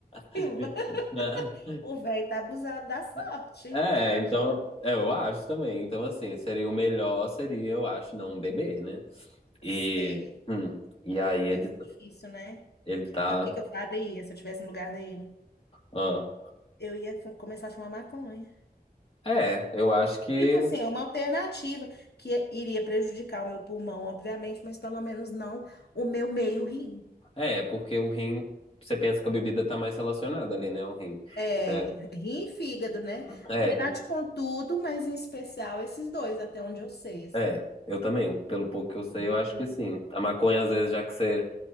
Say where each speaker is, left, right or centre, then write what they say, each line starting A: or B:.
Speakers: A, on the left; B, on the left.
A: <laughs>
B: <laughs> o velho tá abusado da sorte,
A: É,
B: você não
A: é,
B: acha,
A: então,
B: não?
A: é, eu acho também. Então, assim, seria o melhor, seria, eu acho, não beber, né? E,
B: Sim,
A: hum, e aí ele,
B: deve ser difícil, né?
A: ele tá.
B: Sabe o que que eu faria se eu tivesse no lugar dele?
A: ah.
B: Eu ia fa- começar a fumar maconha.
A: É, eu acho que.
B: Tipo assim, é uma alternativa que iria prejudicar o meu pulmão, obviamente, mas pelo menos não o meu meio rim.
A: É, porque o rim, você pensa que a bebida tá mais relacionada ali, né? O rim.
B: É,
A: É,
B: rim e fígado, né?
A: é,
B: Na verdade,
A: rim.
B: com tudo, mas em especial esses dois, até onde eu sei, assim.
A: É, eu também, pelo pouco que eu sei,
B: Menino.
A: eu acho que sim. A maconha, às vezes, já que você